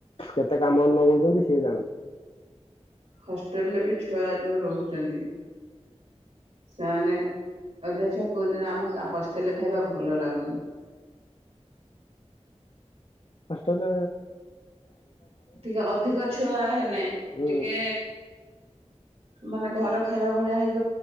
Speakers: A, on the left; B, on the right.
A: କେତେ କାମ ନ କଉଛନ୍ତି ସିଏ ଜାଣନ୍ତି
B: ହଷ୍ଟେଲ ରେ ବି ଛୁଆ ଯୋଉ ରହୁଛନ୍ତି ସେମାନେ ଅଧା ଛୁଆ କହୁଛନ୍ତି ଆମକୁ ହଷ୍ଟେଲରେ ଖାଇବା ଭଲ ଲାଗୁନି
A: ଅଷ୍ଟେଲା
B: ଟିକେ ଅଧିକ ଛୁଆ ହେଲେ
A: ହୁଁ
B: ଟିକେ ମାନେ ଘର ଖାଇବା ଭଳିଆ ହେଇ